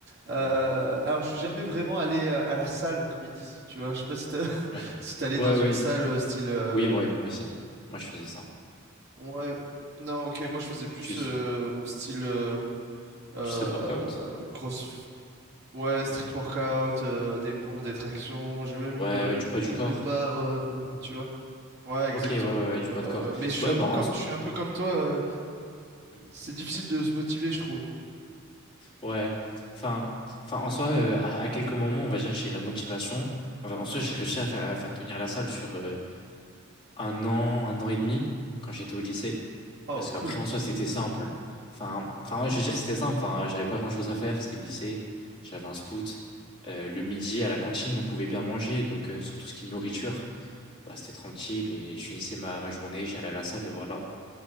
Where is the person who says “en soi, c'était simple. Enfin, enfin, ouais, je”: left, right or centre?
Left